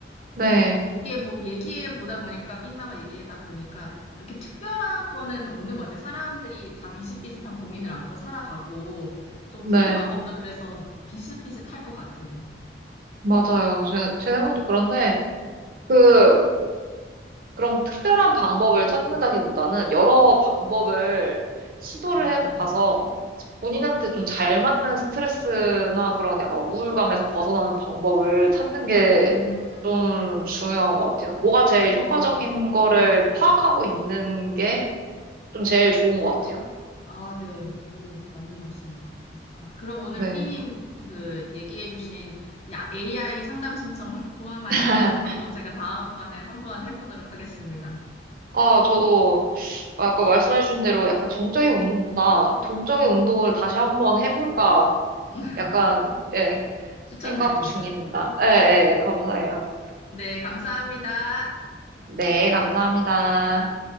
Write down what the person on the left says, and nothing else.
얘기해 보, 얘기해 보다 보니까, 삐님하고 얘기하다 보니까, 이렇게 특별한 거는 없는 것 같아요. 사람들이 다 비슷비슷한 고민을 안고 살아가고, 또
푸는 방법도 그래서 비슷비슷할 것 같아요.
음,
음,
어,
어,
아, 네. 오, 맞는 말씀인 것 같아요. 아, 그럼 오늘
삐님 그 얘기해 주신 AI 상담 신청 <laughs> 포함한
여러 가지 방법 제가 다음번에 한번 해보도록 하겠습니다.
<laughs>
추천드립니다.
네.
네, 감사합니다.